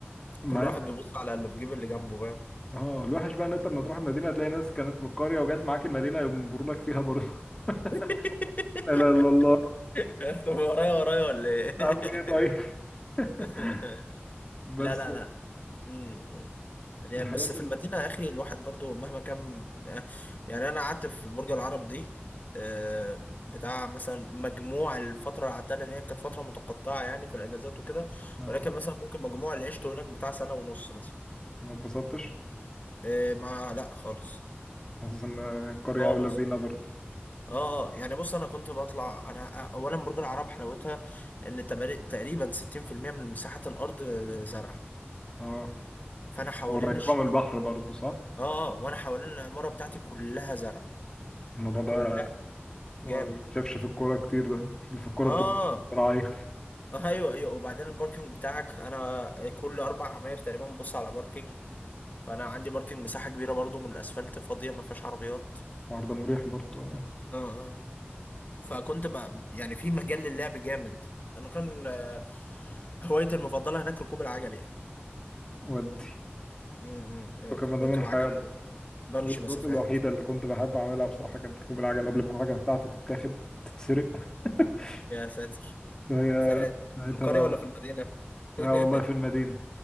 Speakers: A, on the left (about 20°); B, on the left (about 40°).
A: مع
B: كل واحد
A: ان
B: بيبص على اللي في جيب اللي جنبه فاهم
A: اه الوحش بقى ان انت لما تروح المدينة هتلاقي ناس كانت من القرية وجات معاك المدينة ينبروا لك فيها برضه <laughs>
B: <laughs>
A: لا اله الا الله
B: انت ورايا ورايا ولا ايه
A: عامل ايه طيب <laughs>
B: <laughs>
A: بس
B: لا لا لا امم يعني
A: الحاجات
B: بس في
A: اللي
B: المدينة يا أخي الواحد برضو مهما كان يعني أنا قعدت في برج العرب دي آه، بتاع مثلا مجموع الفترة اللي قعدتها لأن هي كانت فترة متقطعة يعني في الأجازات وكده
A: اه
B: ولكن مثلا ممكن مجموع اللي عشته هناك بتاع سنة ونص مثلا
A: ما اتبسطتش
B: آه، ما لا خالص
A: حاسس ان القرية
B: خالص
A: اولى بينا برضه
B: اه آه، يعني بص انا كنت بطلع انا اولا برج العرب حلاوتها ان تبر- تقريبا 60% من مساحة الارض زرع
A: اه
B: فانا حوالين
A: قريبة
B: الش...
A: من البحر برضه صح؟
B: اه آه، وانا حوالين العمارة بتاعتي كلها زرع
A: الموضوع ده
B: كلها
A: ما
B: جامد
A: بتشافش في الكورة كتير ده اللي في الكورة
B: اه
A: بتبقى راعي
B: آه، ايوه ايوه وبعدين الباركينج بتاعك انا كل اربع عماير تقريبا ببص على باركينج فانا عندي باركينج مساحة كبيرة برضو من الاسفلت فاضية ما فيهاش عربيات
A: الحوار ده مريح برضه
B: اه اه فكنت بقى يعني في مجال للعب جامد انا كان آه، هوايتي المفضلة هناك ركوب العجل يعني
A: ودي
B: امم
A: وكان
B: كنت
A: ده
B: بركب
A: من حاجة
B: عجل بمشي
A: الرياضات
B: مسافات
A: الوحيدة اللي كنت بحب أعملها بصراحة كانت ركوب العجل قبل ما العجلة بتاعتي تتاخد تتسرق <laughs>
B: يا ساتر
A: هي
B: سرقت
A: ساعتها
B: في القرية
A: بقى
B: ولا في المدينة؟ <laughs>
A: لا والله في المدينة